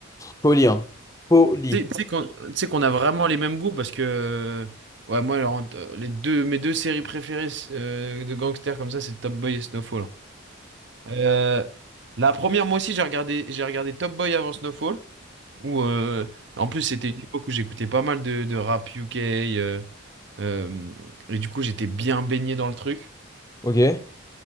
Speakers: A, on the left; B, on the right.
A: Poli, hein. Poli.
B: Tu sais tu sais qu'on tu sais qu'on a vraiment les mêmes goûts parce que euh, ouais moi alors, entre- les deux mes deux séries préférées euh, de gangsters comme ça c'est Top Boy et Snowfall. hein. Euh, la première moi aussi j'ai regardé j'ai regardé Top Boy avant Snowfall où euh, en plus c'était une époque où j'écoutais pas mal de, de rap UK euh, euh, et du coup j'étais bien baigné dans le truc.
A: Ok.